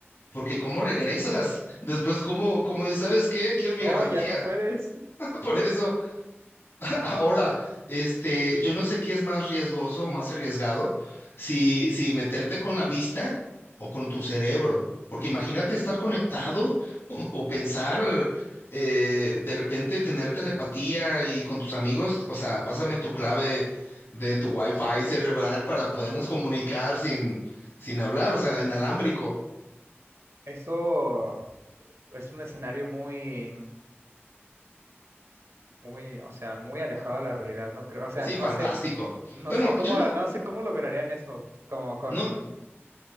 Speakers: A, on the left; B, on the right.
A: porque ¿cómo regresas? <laughs> Después, ¿cómo, cómo dices, ¿sabes qué? Quiero mi
B: No,
A: garantía,
B: ya no puedes.
A: <laughs> por eso. Ahora, este, yo no sé qué es más riesgoso o más arriesgado, si, si meterte con la vista o con tu cerebro, porque imagínate estar conectado o, o pensar eh, de repente tener telepatía y con tus amigos, o sea, pásame tu clave de tu wifi cerebral para podernos comunicar sin, sin hablar, o sea, inalámbrico.
B: Eso es un escenario muy, muy, o sea, muy alejado de la realidad, no creo. O sea,
A: Sí,
B: no
A: fantástico.
B: sé, no
A: Bueno,
B: sé cómo,
A: yo no,
B: no sé cómo lograrían eso, como con,
A: no,